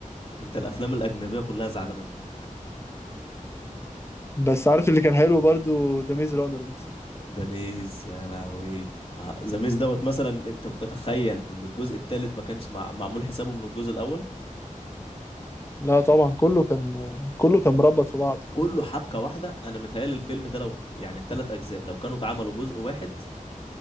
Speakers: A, on the left; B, on the left.
A: انت الافلام الاجنبيه كلها زعلانه منك
B: بس عارف اللي كان حلو برضو ذا ميز رانر مثلا
A: ذا ميز يا لهوي ذا ميز دوت مثلا انت بتتخيل ان الجزء الثالث ما كانش مع... معمول حسابه من الجزء الاول
B: لا طبعا كله كان كله كان مربط في بعض
A: كله حبكه واحده انا متهيألي الفيلم ده لو يعني الثلاث اجزاء لو كانوا اتعملوا جزء واحد